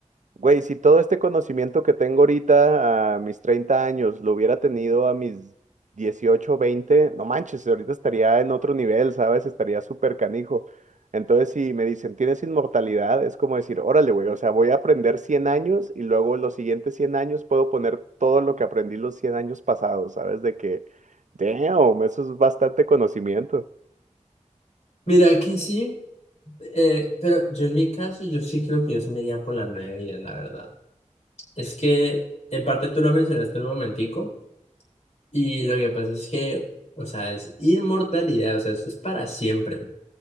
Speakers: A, on the right; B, on the left.
A: Güey, si todo este conocimiento que tengo ahorita a mis 30 años lo hubiera tenido a mis 18 20, no manches, ahorita estaría en otro nivel, ¿sabes? Estaría súper canijo. Entonces, si me dicen, ¿tienes inmortalidad? Es como decir, órale, güey, o sea, voy a aprender cien años y luego los siguientes 100 años puedo poner todo lo que aprendí los 100 años pasados, ¿sabes? De que, damn, eso es bastante conocimiento.
B: Mira, aquí sí, eh, pero yo en mi caso, yo sí creo que yo sí me iría por las nueve vidas, la verdad. Es que, en parte tú lo mencionaste un momentico, y lo que pasa es que, o sea, es inmortalidad, o sea, eso es para siempre. O